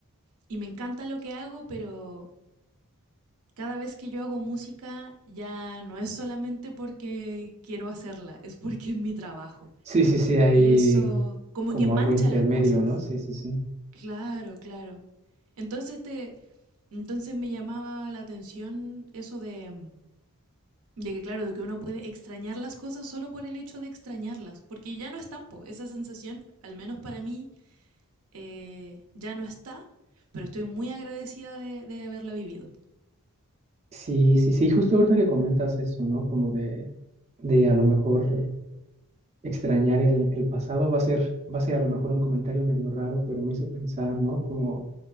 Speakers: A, on the right; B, on the right.
A: y me encanta lo que hago, pero cada vez que yo hago música ya no es solamente porque quiero hacerla, es porque es mi trabajo.
B: Sí, sí, sí, hay
A: Y eso como
B: como
A: que mancha
B: algo intermedio,
A: las cosas.
B: ¿no? Sí, sí, sí.
A: Claro, claro. Entonces te, entonces me llamaba la atención eso de, de que claro, de que uno puede extrañar las cosas solo por el hecho de extrañarlas, porque ya no están, po. esa sensación, al menos para mí, eh, ya no está, pero estoy muy agradecida de, de haberla vivido.
B: Sí, sí, sí, justo ahorita que comentas eso, ¿no? Como de, de a lo mejor extrañar el, el pasado, va a ser, va a ser a lo mejor un comentario medio raro, pero me hizo pensar, ¿no? Como,